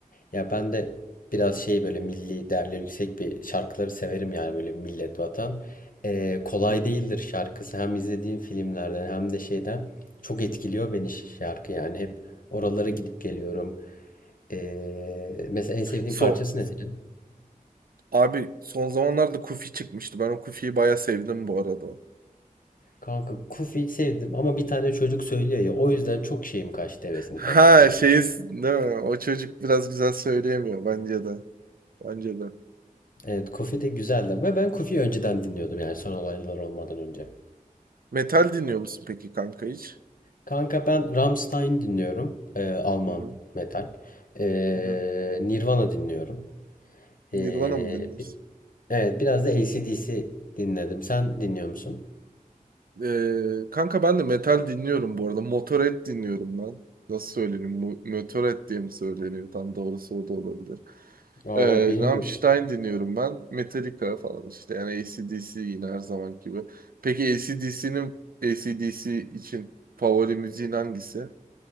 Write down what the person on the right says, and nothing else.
Hı.
So
abi son zamanlarda Kufi çıkmıştı. Ben o Kufi'yi bayağı sevdim bu arada.
Ha
şeyi değil mi? O çocuk biraz güzel söyleyemiyor bence de. Bence de.
Metal dinliyor musun peki kanka hiç?
Hı hı.
Hı hı.
Nirvana
mı dinliyorsun?
Ee, kanka ben de metal dinliyorum bu arada. Motorhead dinliyorum ben. Nasıl söyleniyor? Mo- Motorhead diye mi söyleniyor? Tam doğrusu o da olabilir.
Ee,
Rammstein dinliyorum ben. Metallica falan işte. Yani AC/DC yine her zaman gibi. Peki AC/DC'nin AC/DC için favori müziğin hangisi?